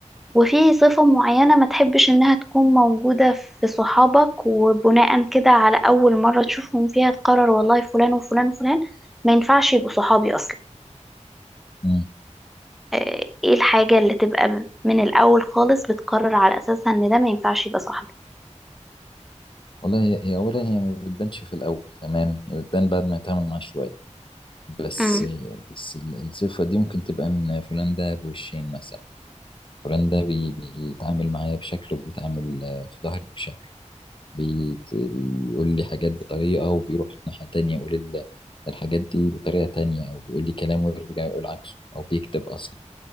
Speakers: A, in the centre; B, on the left.
A: وفي صفة معينة ما تحبش إنها تكون موجودة في صحابك وبناء كده على أول مرة تشوفهم فيها تقرر والله فلان وفلان وفلان ما ينفعش يبقوا صحابي أصلا
B: مم.
A: آه، إيه الحاجة اللي تبقى من الأول خالص بتقرر على أساسها إن ده ما ينفعش يبقى صاحبي
B: والله هي هي اولا هي ما بتبانش في الاول تمام هي بتبان بعد ما يتعامل معاها شوية بس
A: مم.
B: آه، بس ال- الصفة دي ممكن تبقى ان فلان ده بوشين مثلا فلان ده بي- بيتعامل معايا بشكل وبيتعامل آه، في ظهري بشكل بيت بيقول لي حاجات بطريقة وبيروح ناحية تانية يقول ال- الحاجات دي بطريقة تانية أو بيقول لي كلام ويرجع يقول عكسه أو بيكتب أصلا